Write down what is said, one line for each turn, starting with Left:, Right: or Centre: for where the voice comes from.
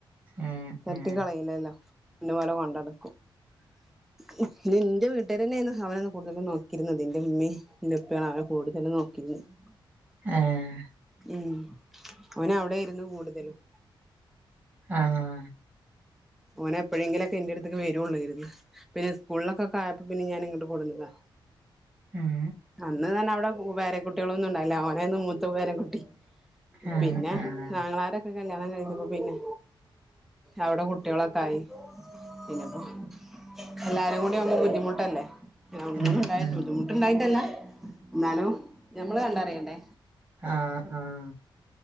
Right: ഉം
Centre: തട്ടി
Right: ഉം
Centre: കളയില്ലല്ലോ ഇത്പോലെ വാണ്ടാ ന്ക്കും <inaudible> ഇ എന്റെ വീട്ടുകാര് തന്നെയായിരുന്നു അവന കൂടുതലും നോക്കിരുന്നത് എന്റെ ഉമ്മയും എന്റെ ഇപ്പാണ് അവനെ കൂടുതലും നോക്കിരുന്നത്. <inaudible>
Right: ആഹ്
Centre: ഉം അവനവിടായിരുന്നു കൂടുതലും.
Right: ആഹ്
Centre: ഓനെപ്പോഴെങ്കിലൊക്ക എന്റെ അടുത്തേക്ക് വരുവൊള്ളാരുന്ന് പിന്നെ സ്കൂളിലൊക്കൊക്കായപ്പോ പിന്നെ ഞാൻ ഇങ്ങട് കൊടുന്നതാ.
Right: ഉം
Centre: അന്ന് തന്നെ അവിടെ പേര കുട്ടികളൊന്നും ഇണ്ടായില്ല ഓനന്ന് മൂത്ത പേരക്കുട്ടി
Right: ആഹ്
Centre: പിന്നെ
Right: ആഹ്
Centre: ആങ്ങളാരൊക്കെ കല്യാണം കഴിഞ്ഞപ്പോ പിന്നെ അവിടെ കു ട്ടികളൊക്കെ ആയി പിന്നപ്പോ എല്ലാരും കൂടി ആമ്പം ബുദ്ധിമുട്ടല്ലേ. <unintelligible> ഉണ്ടായിട്ടല്ല
Right: ഉം ഉം
Centre: ബുദ്ധിമുട്ടുണ്ടായിട്ടല്ല എന്നാലും ഞമ്മള് കണ്ടറിയണ്ടേ.
Right: ആഹ് ആഹ്